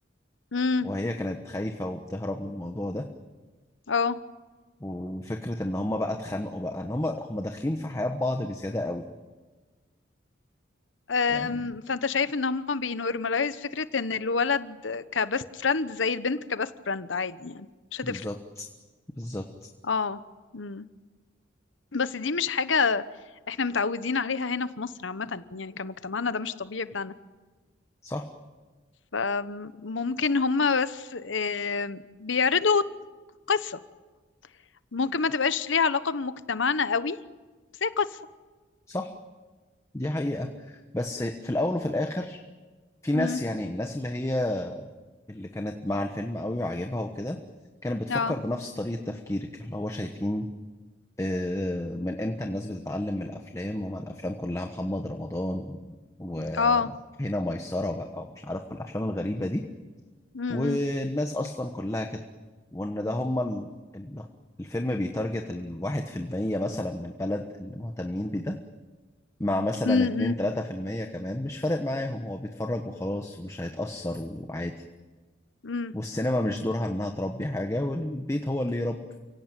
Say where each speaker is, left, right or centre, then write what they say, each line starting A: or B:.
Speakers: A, on the left; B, on the left.
A: امم
B: وهي كانت خايفة وبتهرب من الموضوع ده
A: اه
B: وفكرة ان هما بقى اتخانقوا بقى ان هما هما داخلين في حياة بعض بزيادة قوي
A: أم،
B: يعني
A: فانت شايف ان هم بينورماليز فكرة ان الولد كبست فريند زي البنت كبست فريند عادي يعني مش
B: بالظبط
A: هتفرق
B: بالظبط
A: اه مم. بس دي مش حاجة احنا متعودين عليها هنا في مصر عامة يعني كمجتمعنا ده مش طبيعي بتاعنا
B: صح
A: أم، ممكن هم بس أم، بيعرضوا قصة ممكن ما تبقاش ليها علاقة بمجتمعنا قوي بس هي قصة
B: صح دي حقيقة بس في الأول وفي الآخر في ناس
A: مم.
B: يعني الناس اللي هي اللي كانت مع الفيلم قوي وعجبها وكده كانت بتفكر
A: اه
B: بنفس طريقة تفكيرك اللي هو شايفين آه، من إمتى الناس بتتعلم من الأفلام وما الأفلام كلها محمد رمضان وهنا
A: اه
B: ميسرة بقى ومش عارف الأفلام الغريبة دي
A: مم.
B: والناس أصلا كلها كده وإن ده هما ال- ال- الفيلم بيتارجت الواحد في المية مثلا من البلد اللي مهتمين مع مثلا
A: مم.
B: 2
A: مم.
B: 3% كمان مش فارق معاهم هو بيتفرج وخلاص ومش هيتأثر وعادي
A: مم.
B: والسينما مش دورها انها تربي حاجة والبيت هو اللي يربي